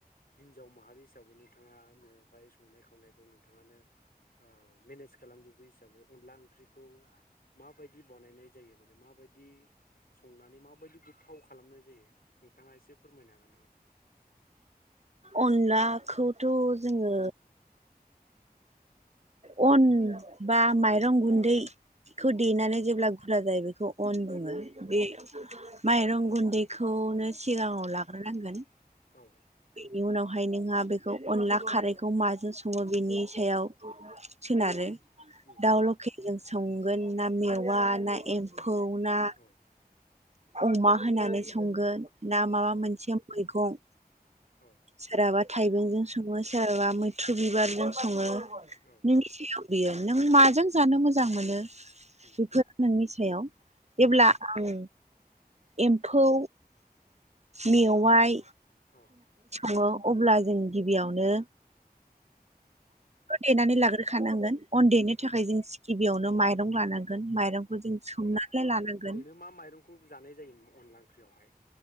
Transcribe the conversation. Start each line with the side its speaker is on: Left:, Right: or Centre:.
Left: हिन्जाव माहारि हिसाबै नोंथाङा न'आवहाय संनाय खावनायखौ नोंथाङानो ओ मेनेज खालामजोबो हिसाबै अनला ओंख्रिखौ माबायदि बनायनाय जायो? माने माबायद दि संनानै माबायदि गोथाव खालामनाय जायो। नोंथाङा एसे फोरमायनो हागोन नामा?
Right: अनला खौथ' जोङो अन बा माइरं गुन्दै खौ देनानै
Left: औ
Right: जेबोब्ला फुला जायो बेखौ। अन गुनदै
Left: औ
Right: बे माइरं गुन्दैखौनो सिगाङाव लाग्रोनांगोन।
Left: औ।
Right: बेनि उनावहाय नोंहा बेखौ अनला खारैखौ माजों सङो बेनि सायाव सोनारो।
Left: उम
Right: दाउ लखेल जों संगोन ना मेवा नाय। एम्फौ
Left: उम
Right: ना
Left: औ
Right: अमा होनानै संगोन। ना माबा
Left: औ
Right: मोनसे मुलि गं।
Left: औ
Right: सोराबा थाइबेंजों सङो सोराबा मैथ्रु बिबारजों सङो। नोंनि
Left: औ औ
Right: सायाव‌ बियो। नों माजों जानो मोजां मोनो
Left: उम
Right: बेफोर नोंनि सायाव। एब्ला
Left: औ
Right: आं एम्फौ मेवाइ
Left: औ।
Right: अह अब्ला जों गि बियावनो देनानै लागोर रोखानांगोन। अन देनो
Left: औ
Right: थाखाय जों गिबियावनो माइरं लानां माइरंखौ
Left: औ
Right: जों सोमनानैलाय लानांगोन
Left: ओरैनो मा माइरंखौ जानाय जायो अनला ओंख्रियावहाय